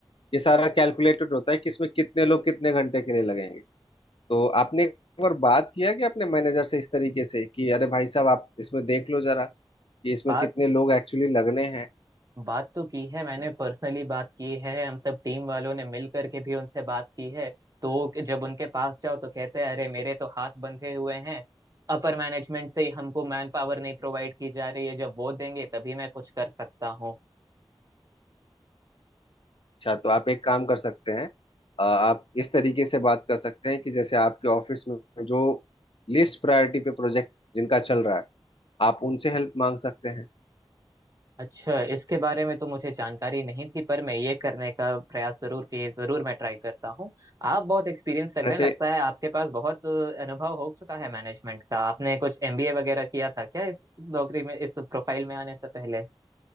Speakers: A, on the left; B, on the right.
A: ये सारा कैलकुलेटेड होता है कि इसमें कितने लोग कितने घंटे के लिए लगेंगे तो आपने एक बार बात किया कि अपने मैनेजर से इस तरीके से कि अरे भाई साहब आप इसमें देख लो जरा कि इसमें
B: बात
A: कितने लोग एक्चुअली लगने हैं
B: बात तो की है मैंने पर्सनली बात की है हम सब टीम वालों ने मिल करके भी उनसे बात की है तो जब उनके पास जाओ तो कहते हैं अरे मेरे तो हाथ बंधे हुए हैं अपर मैनेजमेंट से ही हमको मैन पावर नहीं प्रोवाइड की जा रही है जब वो देंगे तभी मैं कुछ कर सकता हूँ
A: अच्छा तो आप एक काम कर सकते हैं अ, आप इस तरीके से बात कर सकते हैं कि जैसे आपके ऑफिस में जो लिस्ट प्रायोरिटी पे प्रोजेक्ट जिनका चल रहा है आप उनसे हेल्प मांग सकते हैं
B: अच्छा इसके बारे में तो मुझे जानकारी नहीं थी पर मैं ये करने का प्रयास जरूर किए जरूर मैं ट्राई करता हूँ आप बहुत एक्सपीरियंस लग रहे
A: ऐसे
B: हैं लगता है आपके पास बहुत अ, अनुभव हो चुका है मैनेजमेंट का आपने कुछ एमबीए वगैरह किया था क्या इस नौकरी में इस प्रोफाइल में आने से पहले